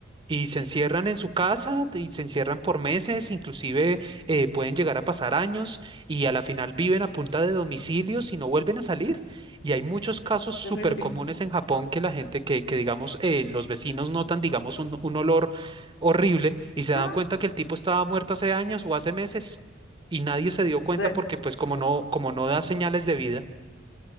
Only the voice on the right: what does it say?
Y se encierran en su casa y se encierran por meses, inclusive eh, pueden llegar a pasar años y a la final viven a punta de domicilios y no vuelven a salir. Y hay muchos casos súper
comunes en Japón que la gente que, que digamos, eh, los vecinos notan, digamos, un, un olor horrible y se
dan cuenta que el tipo estaba muerto hace años o hace meses y nadie se dio cuenta
porque pues como no, como no da señales de vida.